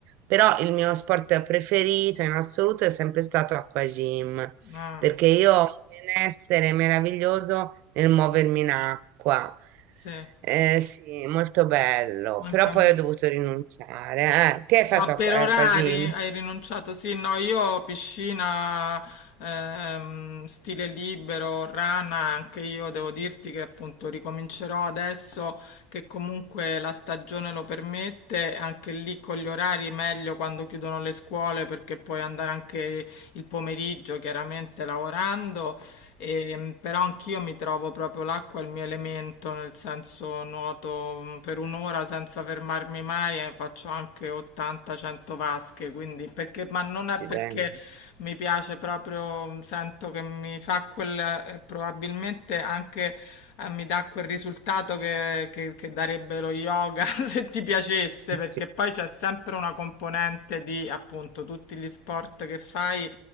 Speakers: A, on the right; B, on the left.
A: però il mio sport preferito in assoluto è sempre stato acquagym,
B: ah,
A: perché io ho un benessere meraviglioso nel muovermi in acqua.
B: sì,
A: Eh, sì, molto bello,
B: anche
A: però
B: a
A: poi
B: me.
A: ho dovuto rinunciare. Eh, ti hai fatto
B: Ma
A: acqu-
B: per
A: acquagym?
B: orari hai rinunciato? Sì, no, io piscina, ehm, stile libero, rana, anche io devo dirti che appunto ricomincerò adesso che comunque la stagione lo permette, anche lì con gli orari meglio quando chiudono le scuole perché puoi andare anche il pomeriggio chiaramente lavorando, e, però anch'io mi trovo proprio l'acqua è il mio elemento, nel senso nuoto mm, per un'ora senza fermarmi mai e faccio anche 80-100 vasche, quindi perché, ma non è
A: Cileno.
B: perché mi piace proprio, sento che mi fa quel, eh, probabilmente anche eh, mi dà quel risultato che, che- che darebbe lo yoga <laughs> se ti piacesse, perché
A: Sì,
B: poi c'è sempre una componente di appunto tutti gli sport che fai.